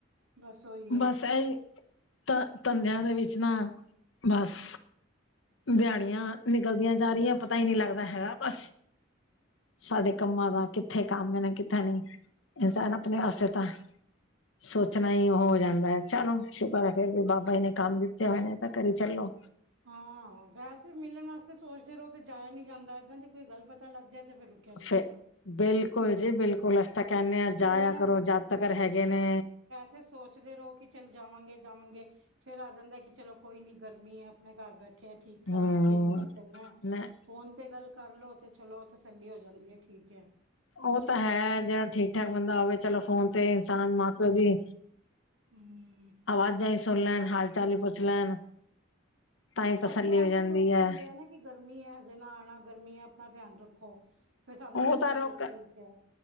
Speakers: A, on the right (about 75°); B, on the left (about 70°).
A: ਬਸ ਉਹੀ ਹੈ
B: ਬਸ ਏਹੀ, ਧ ਧੰਦਿਆਂ ਦੇ ਵਿੱਚ ਨਾ ਬਸ ਦਿਹਾੜੀਆਂ ਨਿਕਲਦੀਆਂ ਜਾ ਰਹੀਆਂ ਪਤਾ ਹੀ ਨਹੀਂ ਲੱਗਦਾ ਹੈਗਾ ਬਸ ਸਾਡੇ ਕੰਮਾਂ ਦਾ, ਕਿੱਥੇ ਕੰਮ ਇਹ ਨਾ, ਕਿੱਥੇ ਨਹੀਂ, ਸਾਨੂ ਆਪਣੇ ਵਾਸਤੇ ਤਾਂ‌ ਸੋ ਚਣਾ ਹੀ ਹੋ ਜਾਂਦਾ ਏ, ਚਲੋ ਸ਼ੁਕਰ ਏ ਫੇਰ ਵੀ ਬਾਬਾ ਜੀ ਨੇ ਕੰਮ ਦਿੱਤੇ ਹੋਏ ਨੇ ਤਾਂ ਕਰੀ ਚੱਲੋ।
A: ਹਾਂ, ਵੈਸੇ ਮਿਲਣ ਵਾਸਤੇ ਸੋਚਦੇ ਰਹੋ ਤੇ ਜਾਇਆ ਨੀ ਜਾਂਦਾ, ਇੱਦਾਂ ਦੀ ਕੋਈ ਗੱਲ ਪਤਾ ਲੱਗ ਜਾਏ ਤੇ ਫਿਰ ਨਹੀਂ
B: ਫ
A: ਜਾਂਦਾ
B: ਬਿਲਕੁਲ ਜੀ ਬਿਲਕੁਲ, ਅਸੀਂ ਤਾਂ ਕਹਿੰਨੇ ਹਾਂ
A: ਉਹੀ
B: ਜਾਇਆ ਕਰੋ ਜਦ ਤਕ ਹੈਗੇ ਨੇ।
A: ਫਿਰ ਸੋਚਦੇ ਰਹੋ ਕਿ ਚੱਲ ਜਾਵਾਂਗੇ, ਜਾਵਾਂਗੇ ਫੇਰ ਆ ਜਾਂਦਾ ਕਿ ਚਲੋ ਕੋਈ ਨੀ ਗਰਮੀ ਏ, ਆਪਣੇ ਘਰ ਬੈਠੇ ਏ ਠੀਕ ਠਾਕ
B: ਹਮ
A: ਹੈਗੇ ਨੇ, ਬਸ ਇਨਾ
B: ਨਾ
A: ਫੋਨ ਤੇ ਗੱਲ ਕਰਲੋ ਤੇ ਚਲੋ ਤਸੱਲੀ ਹੋ ਜਾਂਦੀ ਹੈ, ਠੀਕ ਹੈ।
B: ਉਹ ਤਾਂ ਹੈ, ਜਿਹੜਾ ਠੀਕ ਠਾਕ ਬੰਦਾ ਹੋਵੇ ਚਲੋ ਫੋਨ ਤੇ ਇਨਸਾਨ ਮਾਂ ਪਿਓ ਦੀ
A: ਹੂੰ।
B: ਆਵਾਜ਼ਾਂ ਹੀਂ ਸੁਣ ਲੈਣ, ਹਾਲ ਚਾਲ ਹੀ ਪੁੱਛ ਲੈਣ। ਤਾਂ ਹੀ ਤਸੱਲੀ
A: ਅੱਗੋਂ
B: ਹੋ
A: ਉਹ
B: ਜਾਂਦੀ
A: ਵੀ ਰੋਕ
B: ਹੈ
A: ਦਿੰਦੇ ਆ ਨਾ, ਗਰਮੀ ਹੈ ਹਜੇ ਨਾ ਆਉਣਾ ਗਰਮੀ ਹੈ, ਆਪਣਾ ਧਿਆਨ ਰੱਖੋ। ਫੇਰ ਸਾਨੂੰ
B: ਉਹ
A: ਲੱਗਦਾ
B: ਤਾਂ ਰੋਕ
A: ਚਲੋ ਠੀਕ ਹੈ।